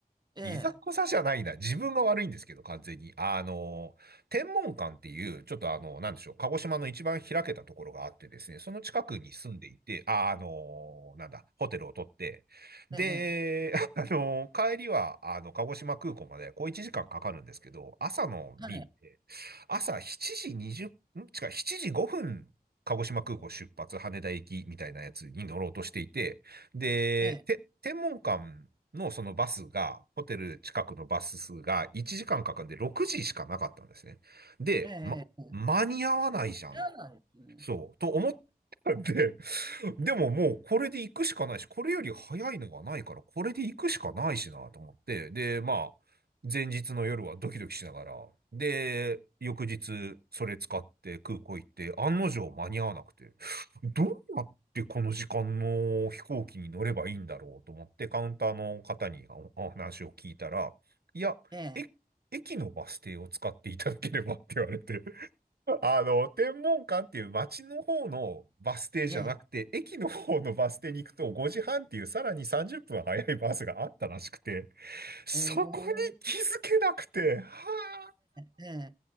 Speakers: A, on the right; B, on the right.
A: ええ、
B: いざこざじゃないな。自分が悪いんですけど、完全に。あの、天文館っていう、ちょっとあの、なんでしょう、鹿児島の一番開けたところがあってですね、その近くに住んでいて、あ、あの、なんだ、ホテルを取って、で、
A: ええ、
B: <laughs> あの、帰りは、あの、鹿児島空港まで、こう1時間かんかかるんですけど、朝の便って、
A: はい、
B: 朝7時20、ん違う、7時5分、鹿児島空港出発、羽田行きみたいなやつに乗ろうとしていて、で、
A: ええ、
B: て、天文館のそのバスが、ホテル近くのバス数が1時間かんかかんで6時しかなかったんですね。で、
A: ええ、
B: ま、
A: ええ、
B: 間に合わないじゃんっ
A: 嫌なんですね。
B: そう、と思ったんで、でももうこれで行くしかないし、これより早いのがないから、これで行くしかないしなと思って、で、まあ、前日の夜はドキドキしながら、で、翌日それ使って空港行って、案の定間に合わなくて、どうやってこの時間の飛行機に乗ればいいんだろうと思って、カウンターの方におお話を聞いたら、いや、
A: ええ、
B: え駅のバス停を使っていただければって言われてあの、天文館っていう街の方のバス停じゃなくて、
A: ええ
B: 駅の方のバス停に行くと5時半っていうさらに30分早いバスがあったらしくて、そこに気づけなくて、
A: ええ
B: は
A: ええ